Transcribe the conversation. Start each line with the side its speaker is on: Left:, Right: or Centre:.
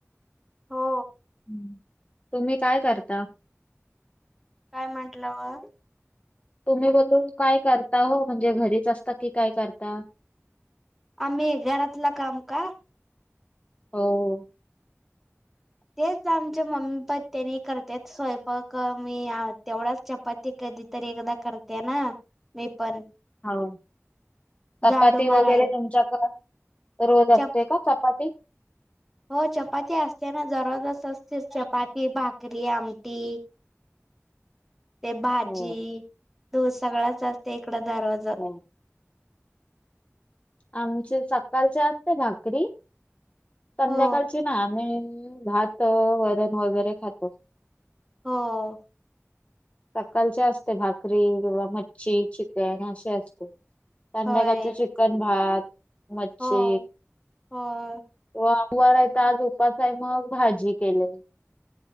Centre: हो
Left: हम्म. तुम्ही काय करता?
Centre: काय म्हटलं?
Left: तुम्ही बोलू काय करता हो म्हणजे, घरीच असता की काय करता?
Centre: आम्ही घरातलं काम का?
Left: हो -हो.
Centre: तेच आमच्या मम्मी पण त्यांनी करत्यात स्वयंपाक, मी तेवढाचं चपाती कधी तरी एकदा करते ना, मी पण
Left: हाव, चपाती
Centre: झाडू
Left: वगैरे
Centre: माराय
Left: तुमच्या कडं रोज असते
Centre: चप
Left: का चपा पाती,
Centre: हो चपाती असते ना जरा जसं असतेस चपाती, भाकरी, आमटी,
Left: <inaudible>
Centre: ते भाजी
Left: हो
Centre: दूध सगळच असते इकड दररोज.
Left: हो आमचे सकाळचे असते भाकरी. संध्याकाळची
Centre: हो
Left: ना आम्ही भात, वरण, वगैरे खातो.
Centre: हो.
Left: सकाळचे असते भाकरी किंवा मच्छी, चिकन, अशे असते. संध्याकाळच
Centre: होय
Left: चिकन, भात, मच्छी
Centre: हो हो.
Left: <unintelligible> आहे ना, आज उपास आहे ना मग भाजी केले.